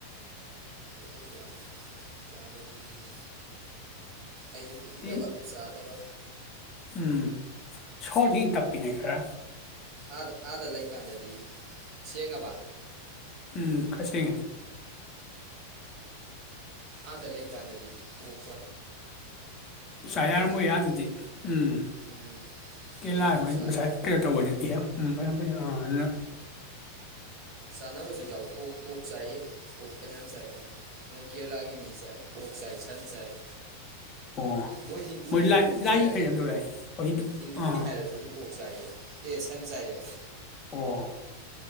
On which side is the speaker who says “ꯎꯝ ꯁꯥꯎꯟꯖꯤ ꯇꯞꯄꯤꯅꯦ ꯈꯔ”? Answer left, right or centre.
Left